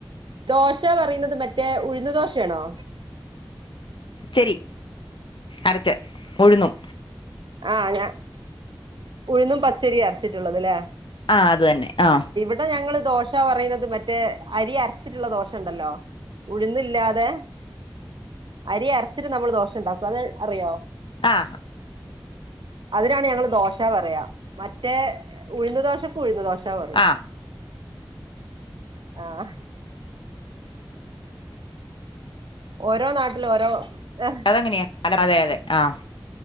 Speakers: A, on the right; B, on the left.
A: ദോശ പറയുന്നത് മറ്റേ ഉഴ്ന്ന് ദോശേണോ
B: ച്ചരി അരച്ച് ഉഴുന്നും
A: ആഹ് ഞ ഉഴുന്നും പച്ചരി അരച്ചിട്ട്ള്ളത് ലേ
B: ആഹ് അത് തന്നെ ആഹ്
A: ടെ ഞങ്ങള് ദോശ പറയുന്നത് മറ്റേ അരി അരച്ചിട്ടുള്ള ദോശണ്ടല്ലോ ഉഴുന്നില്ലാതെ അരി അരച്ചിട്ട് നമ്മള് ദോശണ്ടാക്കും അത് അറിയോ
B: ആഹ്
A: അതിനാണ് ഞങ്ങള് ദോശ പറയാ മറ്റേ ഉഴുന്ന ദോശക്ക് ഉഴുന്ന് ദോശ പറ
B: ആ
A: ആഹ് ഓരോ നാട്ടിലോരോ അഹ്
B: അതെങ്ങനെയാ അതെ അതെ ആഹ്